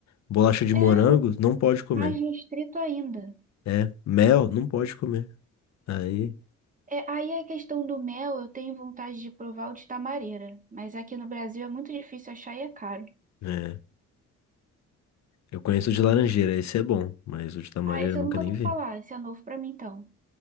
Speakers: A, on the left; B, on the right.
A: Bolacha de
B: É,
A: morango, não pode comer.
B: mais restrito ainda.
A: É, mel, não pode comer. Aí,
B: É, aí a questão do mel, eu tenho vontade de provar o de tamareira, mas aqui no Brasil é muito difícil achar e é caro.
A: é. Eu conheço o de laranjeira, esse é bom, mas o de tamareira
B: Ah, esse
A: eu nunca
B: eu nunca
A: nem
B: ouvi
A: vi.
B: falar, esse é novo pra mim então.